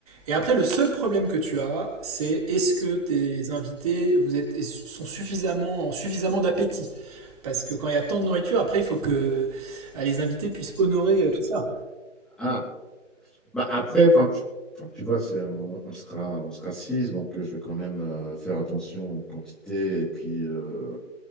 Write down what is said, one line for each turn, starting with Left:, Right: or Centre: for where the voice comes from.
Right: Et après, le seul problème que tu as, c'est est-ce que tes invités vous êtes, sont suffisamment, ont suffisamment d'appétit? Parce que quand il y a tant de nourriture, après, il faut que euh, les invités puissent honorer euh, tout ça.
Centre: Ah, bah après, enfin, tu, enfin, tu vois, c'est- on, on sera, on sera six, donc euh, je vais quand même euh, faire attention aux quantités et puis euh,